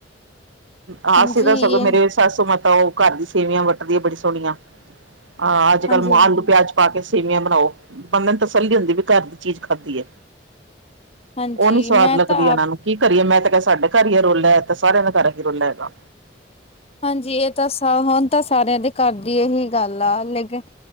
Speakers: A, on the right; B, on the left.
A: ਹਾਂਸੀ
B: ਹਾਂਜੀ
A: ਤਾਂ ਸਗੋਂ
B: ਇਹ
A: ਮੇਰੇ, ਸਾਸੂ ਮਾਤਾ ਉਹ ਘਰ ਦੀ ਸੇਵੀਆਂ ਵੱਟਦੀ ਏ, ਬੜੀ ਸੋਹਣੀਆਂ ਅਹ ਅੱਜ-ਕੱਲ
B: ਹਾਂਜੀ ਹਾਂਜੀ
A: ਆਲੂ ਪਿਆਜ। ਪਾ ਕੇ ਸੇਵੀਆਂ ਬਣਾਓ। ਬੰਦੇ ਨੂੰ ਤਸੱਲੀ ਹੁੰਦੀ ਵੀ ਘਰ ਦੀ ਚੀਜ਼ ਖਾਧੀ ਐ।
B: ਹਾਂਜੀ
A: ਉਹ ਨੀ ਸਵਾਦ
B: ਮੈਂ
A: ਲੱਗਦੀ
B: ਤਾਂ ਆਪ
A: ਏ ਇਹਨਾਂ ਨੂੰ, ਕੀ ਕਰੀਏ, ਮੈਂ ਤਾਂ ਕ ਕਿਹਾ ਸਾਡੇ ਘਰ ਹੀ ਰੋਲਾ ਐ ਤਾਂ ਸਾਰਿਆਂ ਦੇ ਘਰ ਹੀ ਰੋਲਾ ਹੈਗਾ।
B: ਹਾਂਜੀ, ਇਹ ਤਾਂ ਸ ਹੁਣ ਤਾਂ ਸਾਰਿਆਂ ਦੇ ਘਰ ਦੀ ਇਹੀ ਗੱਲ ਆ ਲੇਕਿਨ